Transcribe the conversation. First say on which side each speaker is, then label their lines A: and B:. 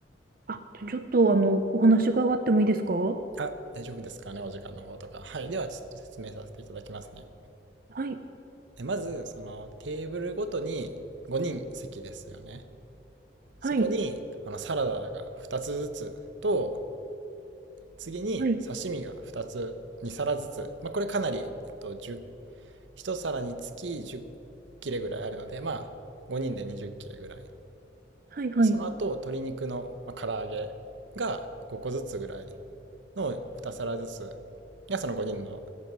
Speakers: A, on the right; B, on the right.
A: あ、ちょっと、あの、お話伺ってもいいですかは
B: あ、大丈夫ですかね、お時間の方とか。はい。では、ちょっと説明させていただきますね。
A: い。
B: え、まず、その、テーブルごとに5人席ですよね。そこに、
A: はい。
B: あの、サラダが2つずつと、次に刺身が2つ
A: はい。
B: に皿ずつ、まあ、これかなり、えっと、10皿につき10切れぐらいあるのでまあ5人で20切れぐらい
A: はい。はい。
B: その後鶏肉の、まあ、唐揚げが5個ずつぐらいの2皿ずつがその5人の